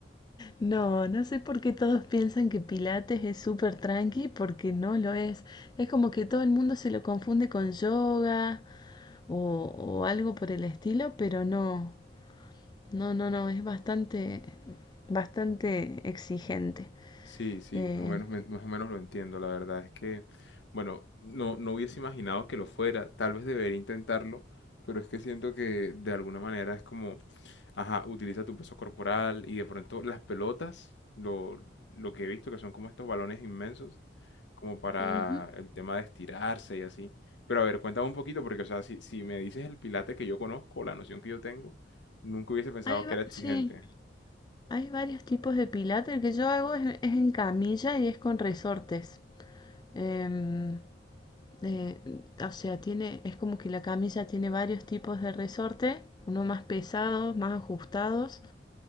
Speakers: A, on the left; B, on the left.
A: No, no sé por qué todos piensan que Pilates es súper tranqui, porque no lo es. Es como que todo el mundo se lo confunde con yoga o, o algo por el estilo, pero no. No, no, no, es bastante, bastante exigente.
B: Sí, sí,
A: Eh,
B: más o menos, me- más o menos lo entiendo. La verdad es que, bueno, no, no hubiese imaginado que lo fuera. Tal vez debería intentarlo, pero es que siento que de alguna manera es como, ajá, utiliza tu peso corporal y de pronto las pelotas, lo, lo que he visto que son como estos balones inmensos, como para
A: ujú.
B: el tema de estirarse y así. Pero a ver, cuéntame un poquito, porque, o sea, si, si me dices el Pilates que yo conozco, la noción que yo tengo, nunca hubiese pensado
A: Hay, va-
B: que era exigente.
A: sí, hay varios tipos de pilates. El que yo hago es, es en camilla y es con resortes. Em, eh, o sea, tiene, es como que la camilla tiene varios tipos de resorte, unos más pesados, más ajustados